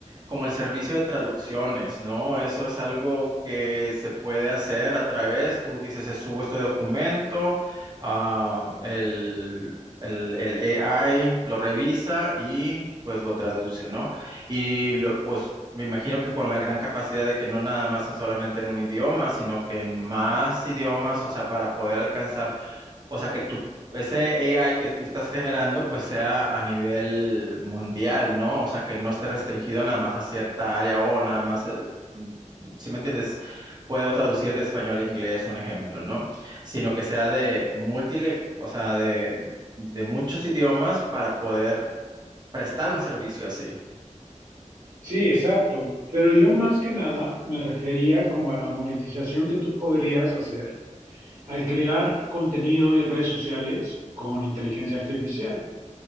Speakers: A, on the right; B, on the right.
A: como el servicio de traducciones, ¿no? Eso es algo que se puede hacer a través, tú dices, eh, subo este documento, ah, el, el, el AI lo revisa y pues lo traduce, ¿no? Y lo- pues me imagino que con la gran capacidad de que no nada más es solamente en un idioma, sino que en más idiomas, o sea, para poder alcanzar o sea, que tu, ese AI que tú estás generando, pues sea a nivel mundial, ¿no? O sea, que no esté restringido nada más a cierta área o nada más, eh, mm, si me entiendes, puedo traducir de español a inglés, un ejemplo, ¿no? Sino que sea de múltiple, o sea, de, de muchos idiomas para poder prestar un servicio así.
B: Sí, exacto. Pero yo más que nada me refería como a la monetización que tú podrías hacer al crear contenido y redes sociales con inteligencia artificial.